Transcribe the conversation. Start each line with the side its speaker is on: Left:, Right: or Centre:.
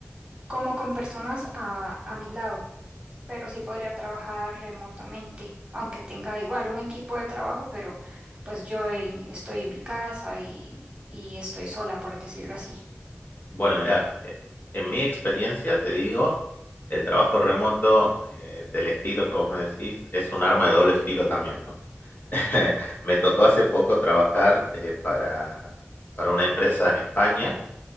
Right: como con personas a, a mi lado, pero sí podría trabajar remotamente, aunque tenga igual un equipo de trabajo, pero pues yo en- estoy en mi casa y, y estoy sola, por decirlo así.
Left: Bueno, mira, eh, en mi experiencia te digo, el trabajo remoto eh, del estilo que vos me decís es un arma de doble filo también, ¿no? <laughs> Me tocó hace poco trabajar eh, para, para una empresa en España.